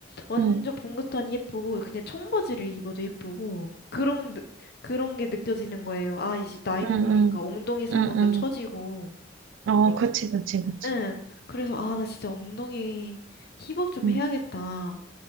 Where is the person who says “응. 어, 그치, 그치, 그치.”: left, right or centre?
Right